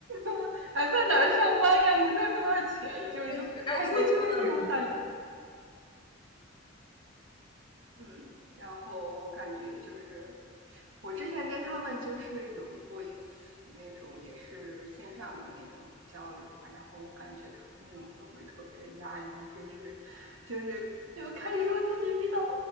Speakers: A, on the right; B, on the left.
A: <laughs> 还在哪儿上班呀，能赚多少钱，就是说哎对，
B: 确实，暗戳戳的比，
A: 就是这种感觉。嗯，然后我感觉就是我之前跟他们就是有过一次那种也是线上的那种交流嘛，然后我感觉他们那种氛围特别的压抑，就是就是就开始说自己遇到。